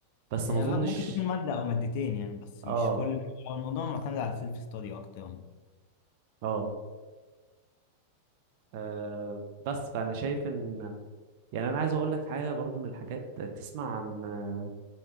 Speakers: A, on the right; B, on the left.
A: بس
B: هي
A: ما اظنش
B: م- ممكن تكون مادة أو مادتين يعني بس
A: اه
B: مش كل هو الموضوع معتمد على السيلف ستادي أكتر يعني
A: اه آه، بس فانا شايف ان يعني انا عايز اقول لك حاجه برضو من الحاجات تسمع عن آه،